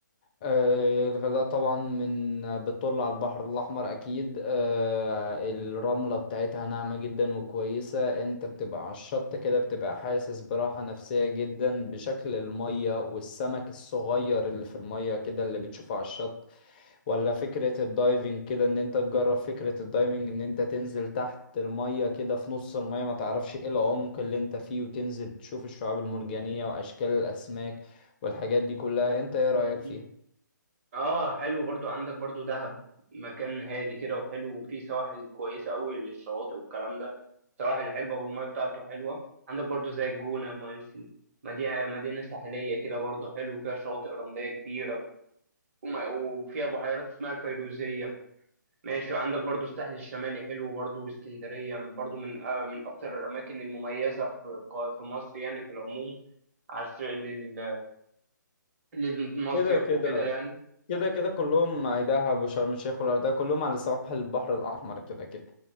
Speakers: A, on the left; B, on the right.
A: آه، الغردقة طبعا من بتطل على البحر الأحمر أكيد آه، الرملة بتاعتها ناعمة جدا وكويسة أنت بتبقى على الشط كده بتبقى حاسس براحة نفسية جدا بشكل المية والسمك الصغير اللي في المية كده اللي بتشوفه على الشط ولا فكرة الدايفنج كده إن أنت تجرب فكرة الدايفنج إن أنت تنزل تحت المية كده في نص المية ما تعرفش إيه العمق اللي أنت فيه وتنزل تشوف الشعاب المرجانية وأشكال الأسماك والحاجات دي كلها أنت إيه رأيك
B: مم.
A: فيها؟
B: اه حلو برضو عندك برضو دهب مكان هادي كده وحلو وفيه سواحل كويسة قوي للشواطئ والكلام ده سواحل حلوة والمية بتاعته حلوة عندك برضو زي الجونة ماشي مدينة مدينة ساحلية كده برضو حلو فيها شواطئ رملية كبيرة وما- وفيها بحيرات اسمها الفيروزية ماشي وعندك برضو الساحل الشمالي حلو برضو واسكندرية برضو من آه، من أكتر الأماكن المميزة في قا- في مصر يعني في العموم عشان لل للمصيف
A: كده كده
B: وكده يعني
A: كده كده كلهم دهب وشرم الشيخ والغردقة كلهم على سواحل البحر الأحمر كده كده